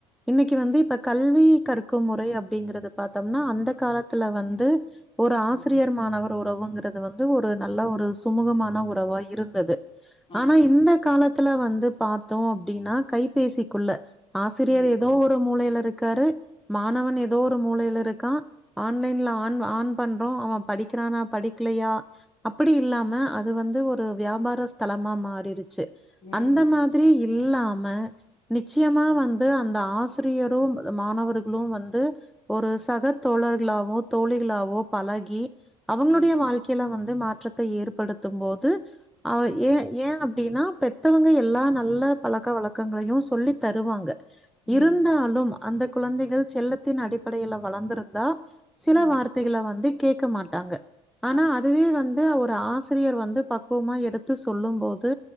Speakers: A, in the centre; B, on the left.
A: இன்னைக்கு வந்து இப்ப கல்வி கற்கும் முறை அப்டிங்கறத பாத்தம்னா அந்த காலத்துல வந்து ஒரு ஆசிரியர்
B: ம்
A: மாணவர் உறவுங்கறது வந்து ஒரு நல்ல ஒரு சுமூகமான உறவா இருந்தது
B: ஆமா
A: ஆனா இந்த காலத்துல வந்து பாத்தோ அப்டிறன்னா கைபேசிக்குள்ள ஆசிரியர்
B: ம்
A: ஏதோ ஒரு மூளையில இருக்காரு மாணவன் ஏதோ ஒரு மூளையில இருக்கா ஆன்லைன்ல ஆன் ஆன் பண்றோ அவ படிக்கிறானா படிக்கலையா அப்பிடி இல்லாமே அது வந்து ஒரு வியாபார ஸ்தலமா மாறிருச்சி
B: ம்
A: அந்த மா திரி இல்லாம நிச்சயமா வந்து அந்த ஆசிரியரு மாணவர்களு வந்து ஒரு சக தோழர்களாவோ தோழிகளாவோ பழகி அவங்களுடையே
B: ம்
A: வாழ் கைல வந்து மாற்றத்த ஏற்படுத்தும் போது அவ ஏ ஏ அப்டினா பெத்தவங்க எல்லா நல்ல பழக்க வழக்கங்களையு சொல்லி தருவாங்க
B: ம்
A: இருந்தாலும் அந்த குழந்தைகள் செல்லத்தின் அடிப்படையில வளர்ந்திருந்தா சில
B: ம்
A: வார்த் தைகள வந்து கேக்க மாட்டாங்க ஆனா
B: அத
A: அது அதுவே வந்து ஒரு ஆசிரியர் வந்து பக்குவமா எடுத்து சொல்லும்போது